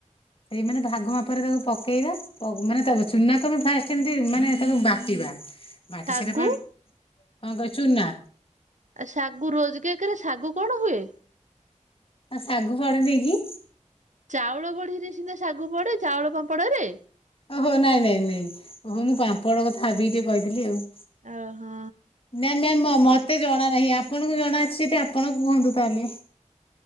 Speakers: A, on the left; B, on the right.
A: ସେ ମାନେ ଭାଗ ମାପରେ ତାକୁ ପକେଇବା ମାନେ ତା ଚୁନାକୁ ଆମେ ଫାଷ୍ଟ ଏମତି ମାନେ ତାକୁ ବାଟିବା ବାଟି
B: ଶାଗୁ
A: ସାରିଲା ପରେ କଣ କଚୁନ ନା
B: ଆ ଶାଗୁ ରୋଜ କେକ ରେ ଶାଗୁ କଣ ହୁଏ?
A: ଆଉ ଶାଗୁ ଫଳ ଦେଇକି
B: ଚାଉଳ ବଢିରେ ସିନା ଶାଗୁ ପଡେ ଚାଉଳ ପାମ୍ପଡରେ
A: ଓହୋ ନାଇଁ ନାଇଁ ନାଇଁ ଓହୋ ମୁଁ ପାମ୍ପଡ କଥା ଭାବି ଟିକେ କହିଥିଲି ଆଉ।
B: ଓ ହୋ।
A: ନା ମ୍ୟା ମତେ ଜଣା ନାହିଁ ଆପଣଙ୍କୁ ଜଣା ଅଛି ଯଦି ଆପଣ କୁହନ୍ତୁ ତାହେଲେ।